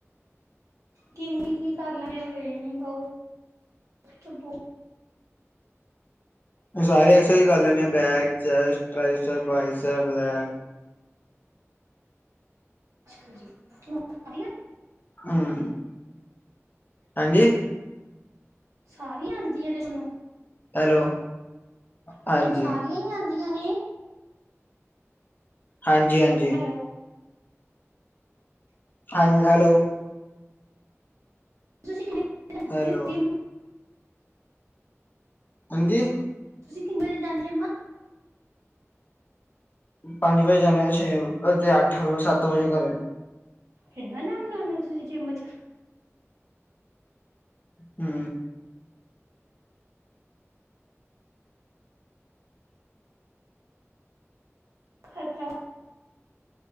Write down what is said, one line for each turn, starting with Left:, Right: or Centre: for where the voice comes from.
Right: ਕਿ ਕੀ ਕਰ ਲੈਣੇ ਹੋਣੀ ਬ
Left: ਉਹ ਸਾਰੇ ਐਕਸਰਸਾਈਜ਼ ਕਰ ਲੈਂਦੇ ਆ ਬੈਕ ਚੈਸਟ ਬਸ ਲੈਗ
Right: ਅੱਛਾ ਜੀ ਸਾਰੀਆਂ
Left: ਹੂੰ ਹਾਂਜੀ
Right: ਸਾਰੀਆਂ ਆਉਂਦੀਆਂ ਨੇ ਤੁਾਨੂੰ
Left: ਹੈਲੋ ਹਾਂਜੀ
Right: ਸਾਨੂੰ ਸਾਰੀਆਂ ਹੀ ਆਉਂਦੀਆਂ ਨੇ
Left: ਹਾਂਜੀ ਹਾਂਜੀ
Right: ਹੈਲੋ
Left: ਹਾਂਜੀ। ਹੈਲੋ,
Right: <unintelligible>
Left: ਹੈਲੋ ਹਾਂਜੀ।
Right: ਤੁਸੀਂ ਕਿੰਨ ਵਜੇ ਅੰਮਾ
Left: ਪੰਜ ਵਜੇ ਜਾਣੇ ਛੇ ਵ ਅੱਠ ਸਤ ਵਜੇ ਕਰੇ
Right: ਇੰਨਾ ਨਾਮ ਲਾਂਦੇ ਹੋ ਤੁਸੀਂ ਜਿੰਮ ਚ
Left: ਹੂ
Right: ਅਣਾ